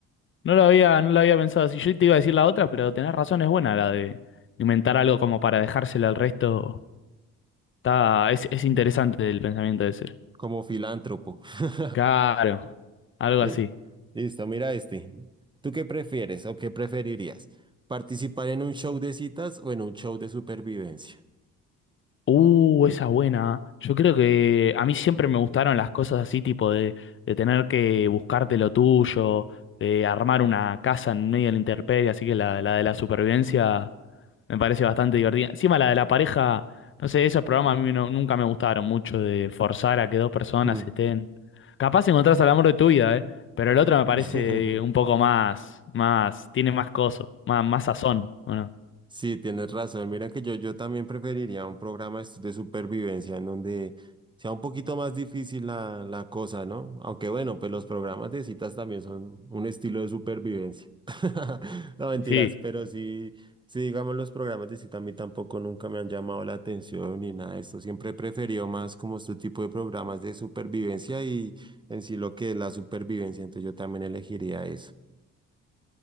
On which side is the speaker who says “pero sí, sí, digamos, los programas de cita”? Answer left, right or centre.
Right